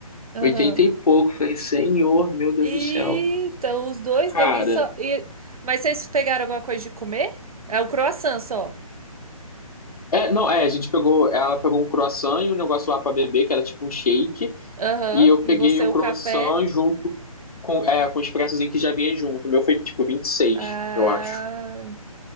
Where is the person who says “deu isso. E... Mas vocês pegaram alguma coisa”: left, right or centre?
Right